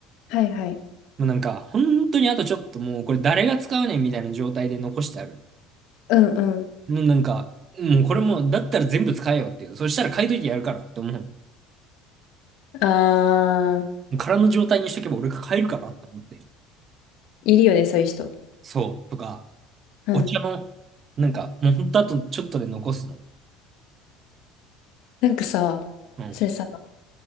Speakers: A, on the left; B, on the right.
A: はいはい。
B: もうなんか、本当にあとちょっともう、これ誰が使うねんみたいな状態で残してある。
A: うんう
B: もうなんか、もうこれも、だったら全部使えよっていう。そしたら買いといてやるから、と思う。
A: ん。あー、
B: 空の状態にしとけば俺が買えるから、と思って。
A: いるよね、そういう人。
B: そう。とか、
A: うん。
B: お茶の、なんか、もうほんとあとちょっとで残すの。
A: なんかさ、
B: うん。
A: それさ、